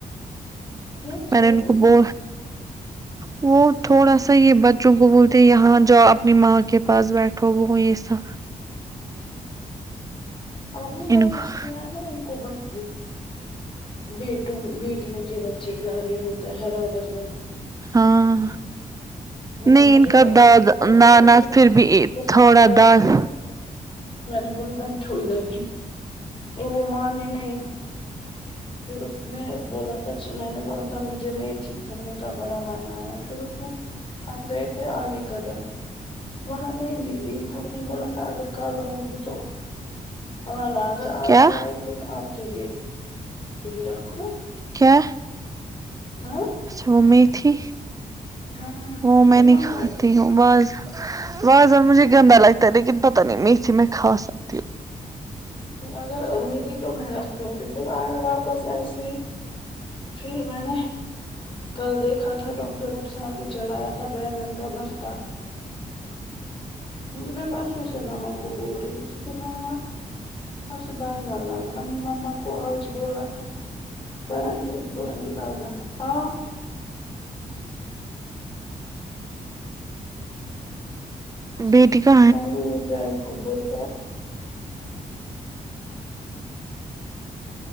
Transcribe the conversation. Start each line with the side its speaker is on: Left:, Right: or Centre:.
Left: کیوں
Right: میں
Left: خیریت
Right: نے ان کو بو وہ تھوڑا سا یہ بچوں کو بولتے یہاں جاو اپنی ماں کے پاس بیٹھو وہ یہ سا
Left: آپ نے
Right: ان
Left: نوٹس
Right: کو
Left: کیا ہے ان کو بتتی بیٹوں بیٹیوں کے بچے پیارے ہوتے حیران گردن
Right: ہاں
Left: ہمم
Right: نہیں
Left: مجھے
Right: ان کا
Left: کل
Right: داد
Left: ہسبینڈ بولے
Right: نانا
Left: سھ
Right: پھر بھی تھوڑا
Left: بات
Right: داد
Left: کر <unintelligible> میں نے بولی ب ٹھوئی داری وہ مان نہیں پھر اس نے بولا تھا جو میں نے بولا تھا مجھے میں کرنے کا بڑا من ایا پھر اس میں ہم گئے تھے علی قدار وہاں نہیں نکری اپ نے بولا تھا اگر کل ہوگی تو اان اگر
Right: کیا
Left: اج لائی گ میں آپ کے لیے بھی رکھو نا
Right: کیا
Left: ہاں
Right: اچھا وہ میتھی
Left: ہاں
Right: وہ
Left: مجھے
Right: میں نہیں
Left: من
Right: کھاتی
Left: آیا
Right: ہوں واز وازان مجھے گندا لگتا ہے لیکن پتہ نہیں میتھی میں کھا سکتی ہوں
Left: اگر ملی تو میں رکھلوں ہوں گی پھر ایا واپس ایسے ہی پھر میں نے کل دیکھا تھا ڈاکٹر رخسار نے چڑھایا تھا بینگن کا بھرتا مجھے میں پرسوں سے ماما کو بول رہی تھی کہ ماما وہاں سے بیگن لاۓ ماما کو آج بولا تھا <unintelligible>
Right: بیٹی کا
Left: میں نے <unintelligible>